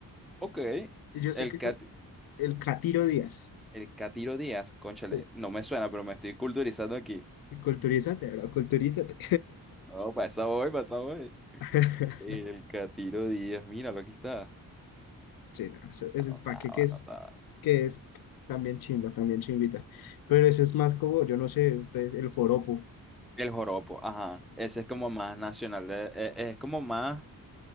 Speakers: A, in the centre; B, on the left (about 75°).
A: Ok,
B: y yo sé
A: el,
B: que eso,
A: cat,
B: el Catiro Díaz.
A: el Catiro Díaz, cónchale,
B: Sí,
A: no me suena, pero me estoy culturizando aquí.
B: Culturízate, bro, culturízate.
A: Oh, pasa hoy, pasa hoy.
B: <laughs>
A: El Catiro Díaz, míralo, aquí está.
B: Sí, no, eso, eso
A: Anotado,
B: es para qué que
A: anotado.
B: que es también chimba, también chimbita. Pero ese es más como, yo no sé, ustedes, el joropo,
A: El joropo, ajá. Ese es como más nacional, de- e- es, como más,